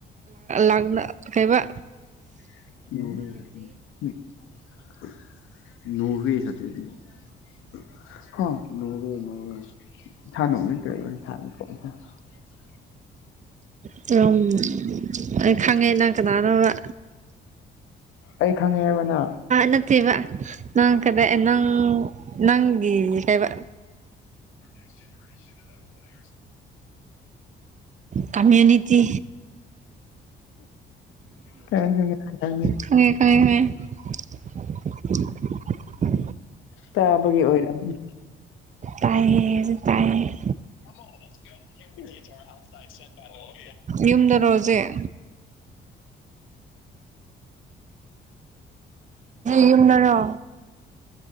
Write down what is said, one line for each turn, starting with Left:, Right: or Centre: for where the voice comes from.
Right: ꯂꯥꯛꯅ ꯈꯩꯕ
Left: ꯅꯚ ꯀ ꯁꯥꯟꯅ ꯍ ꯇꯗꯤ ꯁ ꯄꯥꯎ
Right: ꯑꯗꯨꯨꯝ ꯑꯩ ꯈꯥꯡꯉꯩꯅꯪ ꯀꯅꯥꯅꯕ
Left: ꯑꯩ ꯈꯪꯉꯦ ꯍꯥꯏꯕꯅ
Right: ꯅꯠꯇꯦꯕ ꯅꯪ ꯀꯗꯥ ꯅꯪ ꯅꯪꯒꯤ ꯀꯕ
Left: <unintelligible>
Right: ꯀꯃ꯭ꯌꯨꯅꯤꯇꯤ
Left: ꯀ
Right: ꯈꯪꯉꯦ ꯈꯪꯉꯦ <unintelligible>
Left: ꯇꯥꯕꯒꯤ ꯑꯣꯏꯔꯝꯃꯤ
Right: ꯇꯥꯏ ꯇꯥꯏ
Left: <unintelligible>
Right: ꯌꯨꯝꯗ ꯔꯖꯩ ꯌꯨꯝꯅꯔꯣ